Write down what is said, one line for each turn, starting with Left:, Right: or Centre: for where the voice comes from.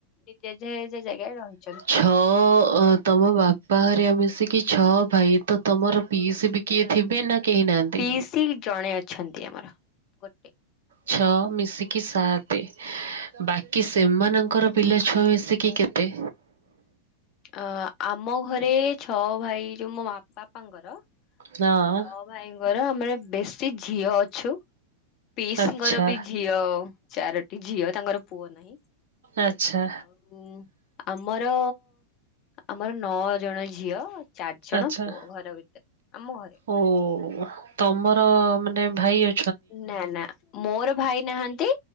Left: ଯେଝା ଯେଝା ଜାଗାରେ ରହିଛି
Right: ଛଅ ତମ ବାପା ହରିଆ ମିଶିକି ଛଅ ଭାଇ। ତ ତମର ପିସ୍ ବି କିଏ ଥିବେ ନା କେହି ନାହାନ୍ତି?
Left: ବିଶ ଜଣେ ଅଛନ୍ତି ଆମର ଗୋଟେ।
Right: ଛଅ ମିଶିକି ସତେ। ବାକି ସେମାନଙ୍କର ପିଲା ଛୁଆ ମିଶିକି କେତେ?
Left: ଅ ଆମ ଘରେ ଛଅ ଭାଇ। ଯୋଉ ମୋ ମା ବାପାଙ୍କର
Right: ହଁ
Left: ଛଅ ଭାଇଙ୍କର। ଆମେ ବେଶୀ ଝିଅ ଅଛୁ। ପିସଙ୍କର
Right: ଆଚ୍ଛା
Left: ବି ଝିଅ ଚାରୋଟି ଝିଅ। ତାଙ୍କର ପୁଅ ନାହିଁ।
Right: ଆଛା।
Left: ଆ ଆମର, ଆମର ନଅ ଜଣ ଝିଅ। ଚାରି ଜଣ
Right: ଆଚ୍ଛା
Left: ପୁଅ। ଘର ଭିତରେ। ଆମ ଘରେ।
Right: ଓ ତମର ମାନେ ଭାଇ ଅ
Left: ନା, ନା ମୋର ଭାଇ ନାହାନ୍ତି।